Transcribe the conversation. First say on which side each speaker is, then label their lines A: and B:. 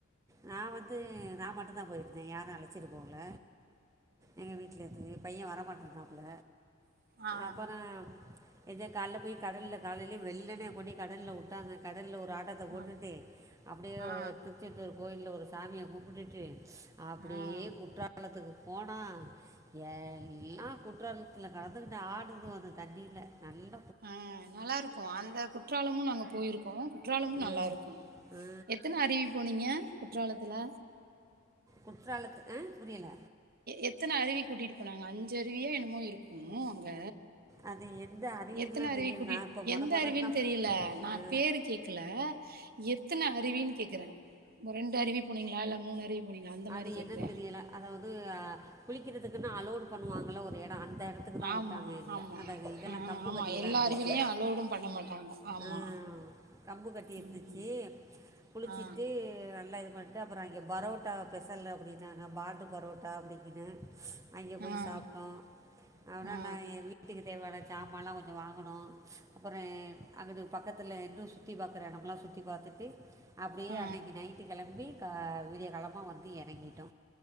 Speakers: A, on the right; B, on the right.
A: நா வந்து நா மட்டு தா போயிருந்தே யாரு அழச்சிட்டு போகல எங்க வீட்லருந்து பையன் வர மாட்டேனாப்ள
B: ஆ
A: அப்புற எத கால்ல போயி கடல்ல காலைலேயே வெள்ளனே கொண்டி கடல்ல போட்டாங்க கடல்ல ஒரு ஆட்டத்த போட்டுட்டே
B: ஆ
A: அப்டியே
B: ஆ
A: திருச்செத்தூர் கோயில்ல ஒரு சாமிய கும்புடுட்டு அப்டியே
B: ஆ ஆ
A: குற்றாலத்துக்கு போனா எல்லா குற்றாலத்துல கெடந்துக்கிட்டு ஆடுதுக அந்த தண்ணியில நல்ல
B: ஆ நல்லாருக்கு அந்த கு ற்றாலமு நாங்க போயிருக்கோ குற்றாலமு
A: ஆ,
B: நல்லாருக்கு
A: ஆ,
B: எத்தன அருவி போனீங்க குற்றாலத்துல
A: குற்றாலத்துக்கு ஆ புரியல
B: எத்தன அருவி கூட்டிட்டு போனாங்க அஞ்சு அருவியோ என்னமோ இருக்கு அங்க
A: அது எந்த அருவின்லாம்
B: எத்தன அருவி
A: தெரியல
B: கூட்டிட்
A: நான் இப்போ முத
B: எந்த
A: முதன்
B: அருவின்னு
A: தான்
B: தெரியல நா
A: ஆ,
B: பேரு கேக் கல எத்தன அருவின் கேக்குற ஒரு ரெண்டு அருவி போனீங்களா இல்ல மூணு அருவி போனீங்களா அந்த மாரி
A: அது
B: கேக்குறே
A: என்னன்னு தெரியலை அதாவது குளிக்கிறதுக்குன் அலோடு பண்ணுவாங்கள ஒரு இடம் அந்த இடத் த்துக்குதா
B: ஆமா
A: உட்டாங்க எங்கள
B: ஆமா
A: அத இதெல்லா
B: ஆ
A: கம்பு
B: ஆமா
A: கட்டி எல்லா இருந்துச்சு
B: அருவிலயு அலோடும் பண்ண மாட்டாங்க ஆமா
A: அ கம்பு கட்டி இருந்துச்சி
B: ம்
A: குளிச்சிட்டு
B: ஆ
A: எ எல்லா இது பண்ட்டு அப்பறோ அங்கே பரோட்டா ஸ்பெஷல்லு அப்டின்னாங்க பார்த்து பரோட்டா அப்டிஇப்டின்னு அங்கே போய்
B: ஆ
A: சாப்ட்டோம் அதனால
B: ஆ ஆ
A: எ வீ வீட்டுக்கு தேவையான ஜாமாலா கொஞ்சோ வாங்கணு அப்பறே அங்குட்டு பக்கத்துல இன்னு சுத்தி பாக்குற எடம்லா சுத்தி பாத்துட்டு அப்டியே
B: ஆ
A: அன்னிக்கு நைட் டு கெளம்பி விடிய காலம்மா வந்து எறங்கிட்டோ